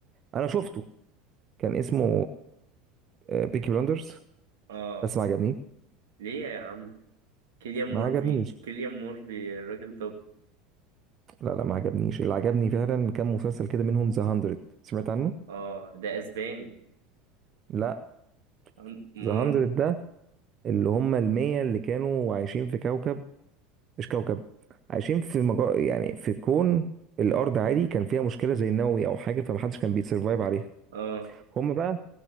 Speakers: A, on the right; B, on the right.
A: انا شفته كان اسمه بيكي بلاندرز
B: اه
A: بس ما عجبنيش
B: ليه يا عم كيليان مورفي
A: ما عجبنيش
B: كيليان مورفي الراجل توب
A: لا لا ما عجبنيش اللي عجبني فعلا كان مسلسل كده منهم ذا 100 سمعت عنه
B: اه ده اسباني
A: لا
B: عن- مور
A: ذا 100 ده اللي هم المية اللي كانوا عايشين في كوكب مش كوكب عايشين في مجا... يعني في كون الارض عادي كان فيها مشكله زي النووي او حاجه فمحدش كان بيتسرفايف عليها
B: اه
A: هم بقى